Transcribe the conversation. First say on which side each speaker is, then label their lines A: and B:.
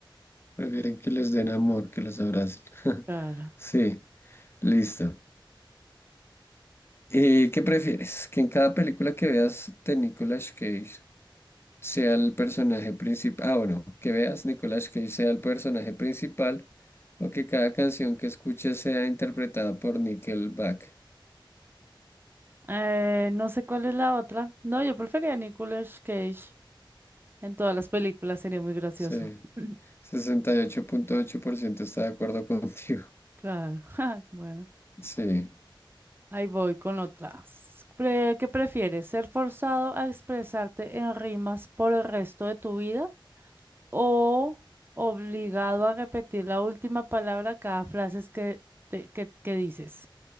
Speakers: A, on the left (about 30°); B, on the right (about 25°).
A: Prefieren que les den amor, que los abracen. <laughs>
B: Claro.
A: Sí, listo. Eh, ¿qué prefieres? ¿Que en cada película que veas de Nicolas Cage sea el personaje principal? Ah, bueno, que veas Nicolas Cage sea el personaje principal o que cada canción que escuches sea interpretada por Nickelback.
B: Eh, no sé cuál es la otra. No, yo prefería a Nicolas Cage en todas las películas, sería muy gracioso.
A: Sí,
B: <laughs>
A: sesenta y ocho ocho punto ocho por ciento está de acuerdo <laughs> contigo.
B: Claro. <laughs> Ja, Bueno.
A: Sí,
B: Ahí voy con otras. Pre- ¿Qué prefieres? ¿Ser forzado a expresarte en rimas por el resto de tu vida o obligado a repetir la última palabra cada frase que, te- que, que dices?